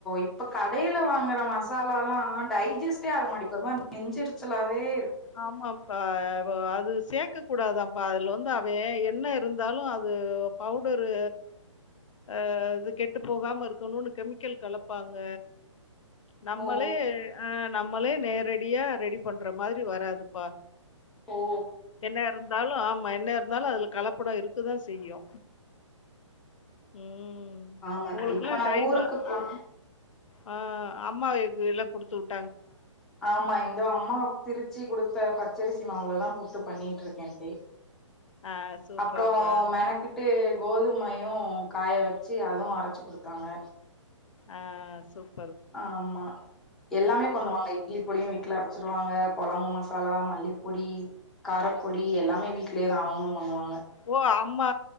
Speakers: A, in the centre; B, on the left (about 75°).
A: இப்ப கடையில வாங்குற மாஸ் மசாலால டைஜஸ்டே ஆக மாட்டிக் ஒர் மாரி நெஞ்சரிச்சலாவே
B: ஆமாபா அது சேக்க கூடாதாப்பா அதுல வந்து அவே என்ன இருந்தாலு அது பவுடரு அ இது கெட்டு போகாம இருக்கணுனு கெமிக்கல் கலப்பாங்க நம்மளே
A: ஓ
B: அஆ நம் மலே நேரடியா ரெடி பண்ற மாரி ரி வராதுப்பா
A: ஓ
B: என்னருந் இருந்தாலு ஆமா என்ன இருந்தாலு அதுல கலப்படம் இருக்கதா செய்யு ம்
A: ஆமா
B: உங்களுக்குல்லாம்
A: இப்ப நா
B: டைம்
A: ஊருக்கு
B: ஆ
A: போன
B: ஆ அம்மாக்கு எல்லா குடுத்து விட்டு
A: ஆமா இந்தோ அம்மா திருச் ச்சி குடுத்த பச்சரிசி மாவுளதா புட்டு பண்ணிட்டுருக்கே இப்பயே
B: ஆ சூப்பர்ப்பா
A: அப்றோ மெனக்கிட்டு கோதுமையு காய வெச்சு அதுவு அரச்சி குடுத்தாங்க
B: ஆ சூப்
A: ஆமா எல்லாமே பண்ணுவாங்க இட்லி பொடியு இட் வீட்ல அரச்சிருவாங்க கொழம்பு மசாலா மல்லிப்பொடி காரப்பொடி எல்லாமே வீட்லேதா அவுங்களு பண்ணுவாங்க
B: ஓ அம்மா